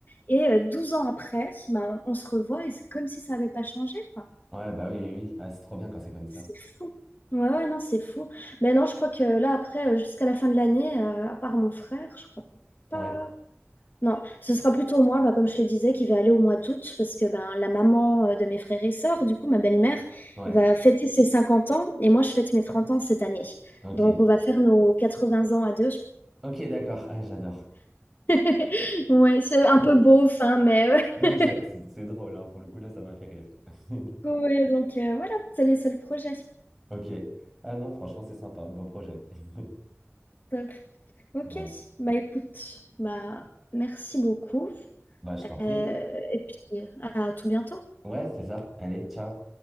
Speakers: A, on the left (about 45°); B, in the centre.
A: Et euh, 12 ans après, bah, on, on se revoit et c'est comme si ça n'avait pas changé, quoi.
B: Ouais, bah oui, oui, oui. Ah, c'est trop bien quand c'est comme ça.
A: C'est fou. Ouais, ouais, non, c'est fou. Mais non, je crois que là, après, euh, jusqu'à la fin de l'année, euh, à part mon frère, je crois pas.
B: Ouais,
A: Non, ce sera plutôt moi, bah, comme je le disais, qui vais aller au mois d'août, parce que ben, la maman euh, de mes frères et sœurs, du coup, ma belle-mère,
B: ouais,
A: va fêter ses 50 ans, et moi, je fête mes 30 ans cette année.
B: ok.
A: Donc, on va faire nos quatre-vingts ans à deux.
B: Ok, d'accord, ah, j'adore.
A: <laughs> Ouais, c'est un
B: <laughs>
A: peu beau fin mais ouais.
B: Non, mais c'est c'est- c'est drôle, hein. Pour le coup, là, ça m'a fait rire. <laughs>
A: Ouais, donc euh, voilà, c'est les seuls projets.
B: Ok. Ah non, franchement, c'est sympa. Beau projet. <laughs>
A: Top. Ok,
B: Bah,
A: bah écoute, bah merci beaucoup.
B: bah, je t'en prie.
A: Euh, et puis, à tout bientôt.
B: Ouais, c'est ça. Allez, ciao.